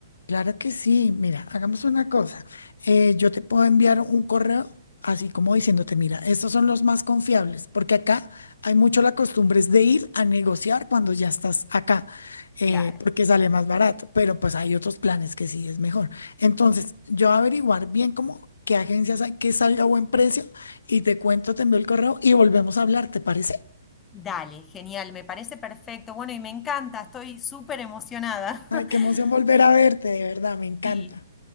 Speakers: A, on the left; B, on the left.
A: Claro que sí. Mira, hagamos una cosa. Eh, yo te puedo enviar un correo así como diciéndote, mira, estos son los más confiables, porque acá hay mucho la costumbre es de ir a negociar cuando ya estás acá, eh,
B: Claro.
A: porque sale más barato, pero pues hay otros planes que sí es mejor. Entonces, yo averiguar bien cómo, qué agencias hay que salga a buen precio y te cuento, te envío el correo y volvemos a hablar, ¿te parece?
B: Dale, genial, me parece perfecto. Bueno, y me encanta, estoy súper emocionada.
A: Ay, qué emoción
B: <laughs>
A: volver a verte, de verdad, me encanta.
B: Sí.